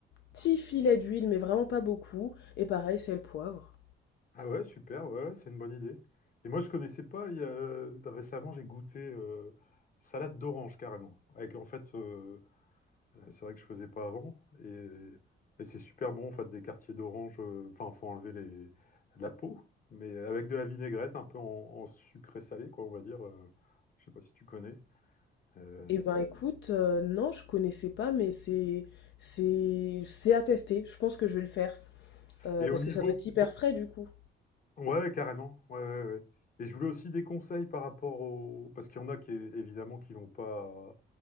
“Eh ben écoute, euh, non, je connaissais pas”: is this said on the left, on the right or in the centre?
Left